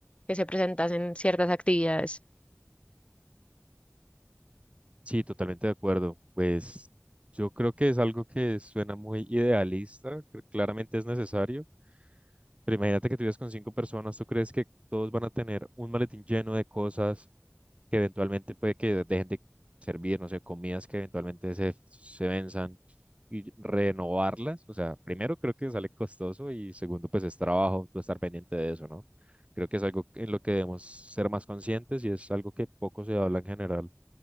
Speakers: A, on the left (about 25°); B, on the right (about 30°).
A: que se presentasen ciertas actividades.
B: Sí, totalmente de acuerdo. Pues yo creo que es algo que suena muy idealista, cl- claramente es necesario, pero imagínate que tú vives con cinco personas, ¿tú crees que todos van a tener un maletín lleno de cosas que eventualmente puede que dejen de servir, no sé, comidas que eventualmente se, se venzan y renovarlas? O sea, primero creo que sale costoso y segundo pues es trabajo, tú estar pendiente de eso, ¿no? Creo que es algo en lo que debemos ser más conscientes y es algo que poco se habla en general.